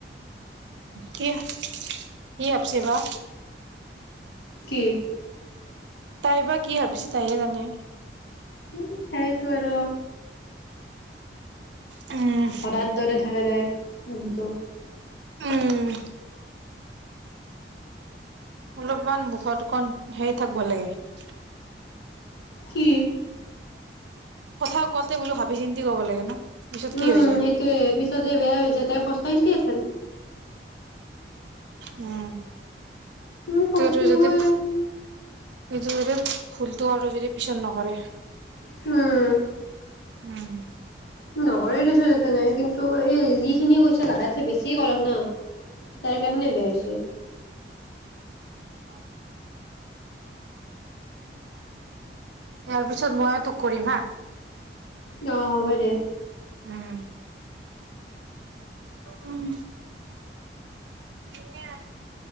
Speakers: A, on the right; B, on the left.
A: কি, কি ভাবছে বা?
B: কি?
A: তাই বা কি ভাবিছে তাইহে জানে?
B: উম, তাই সেইটো আৰু
A: উম
B: সদায় দৰে থাকে তাই মানুহটো
A: উম অলপমান মুখত অকণ ধেৰ থাকিব লাগে।
B: কি?
A: কথা কওঁতে বোলো, ভাবি চিন্তি কব লাগে ন। পিছত কি
B: উম,
A: হৈ যায়
B: সেইটোয়ে, পিছতে বেয়া হৈ যায়, তাই পস্তাইছে সেইকাৰণে
A: উম
B: উম পস্তিবই
A: তোৰ তো যদি নিজৰ যদি ভুলটো আৰু যদি, পিছত নকৰে
B: হুম।
A: উম
B: নকৰে দিছোন এ নাই কিন্তু এই যিখিনিয়ে কৈছে লাছে বেছিয়ে কৰক না তাৰ কাৰণে বেয়া হৈছে।
A: অ ইয়াৰ পিছত মইও তোক কৰিম হা
B: অহ হব দে
A: উম। উম। কেনে?